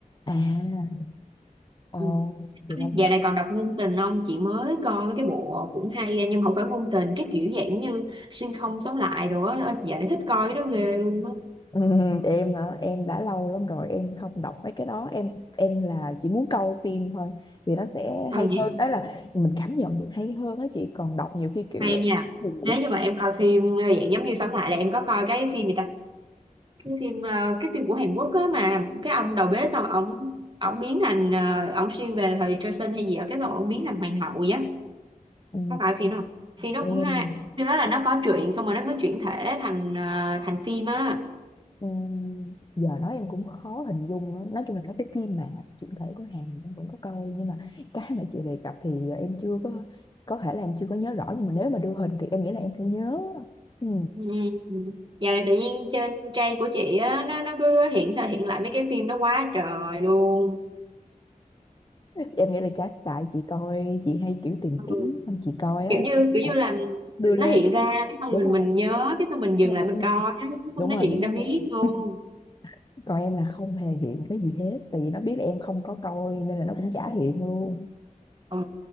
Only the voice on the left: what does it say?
à ờ,
thì là
Ừ, em hả? em đã lâu lắm rồi em không đọc mấy cái đó em em là chỉ muốn coi phim thôi vì nó sẽ
hay
hơn đó là mình cảm nhận được hay hơn á chị còn đọc nhiều khi kiểu
em
buồn ngủ.
ừ,
em
ừ, giờ nói em cũng khó hình dung nữa. nói chung là mấy cái phim mà chuyển thể của Hàn thì em vẫn có coi nhưng mà cái mà chị đề cập thì em chưa có có thể là em chưa có nhớ rõ nhưng mà nếu mà đưa hình thì em nghĩ là em sẽ nhớ ừ.
em nghĩ là chắc tại chị coi chị hay kiểu tìm
kiếm xong chị coi á
nên
là
đưa
lên
đúng
không
Ừ,
ừ,
ừ.
đúng
rồi
đúng
rồi
đúng rồi
<laughs> còn em là không hề hiện cái gì hết tại vì nó biết em không có coi nên là nó cũng chả hiện luôn